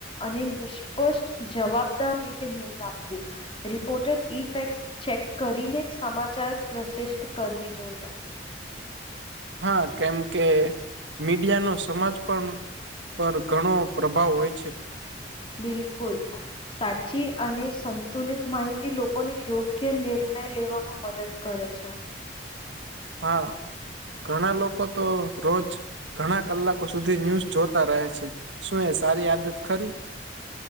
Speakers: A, on the left (about 30°); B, on the right (about 75°).
A: અને નિષ્પષ્ટ જવાબદાર રીતે ન્યૂઝ આપવી. રિપોર્ટેર ઈ ફેક્ટ ચેક કરીને જ સમાચાર પ્રશિષ્ટ કરવી જોઈએ.
B: હા, કેમ કે મીડિયા નો સમાજ પણ પર ઘણો પ્રભાવ હોય છે.
A: બિલકુલ. સાચી અને સંતુલિત માહિતી લોકોને યોગ્ય નિર્ણય લેવામાં મદદ કરે છે.
B: હા, ઘણા લોકો તો રોજ ઘણા કલાકો સુધી ન્યૂઝ જોતા રહે છે. શું એ સારી આદત ખરી?